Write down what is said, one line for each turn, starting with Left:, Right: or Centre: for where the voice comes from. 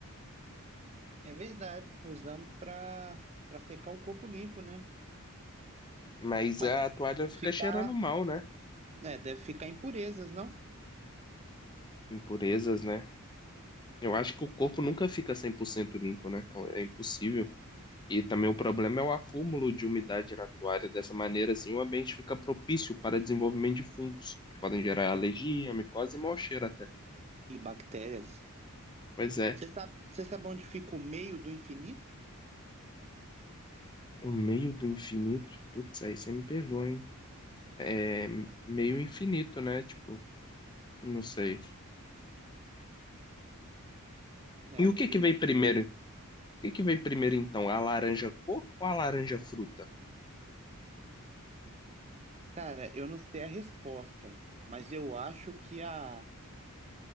Right: É verdade. Usamos para para secar o corpo limpo, né?
Left: Mas
Right: Mas
Left: a
Right: deve,
Left: toalha
Right: deve
Left: fica
Right: ficar,
Left: cheirando mal, né?
Right: né, deve ficar impurezas, não?
Left: Impurezas, né? Eu acho que o corpo nunca fica 100% limpo, né? É impossível. E também o problema é o acúmulo de umidade na toalha. Dessa maneira, assim, o ambiente fica propício para desenvolvimento de fungos, que podem gerar
Right: E,
Left: alergia, micose e mau cheiro até.
Right: e bactérias.
Left: Pois é,
Right: Você sabe, você sabe onde fica o meio do infinito?
Left: o meio do infinito, putz, aí você me pegou, hein? É meio infinito, né? Tipo, não sei. E
Right: É,
Left: o
Right: o infinito.
Left: que que veio primeiro? O que que veio primeiro, então? A laranja cor ou a laranja fruta?
Right: Cara, eu não sei a resposta, mas eu acho que a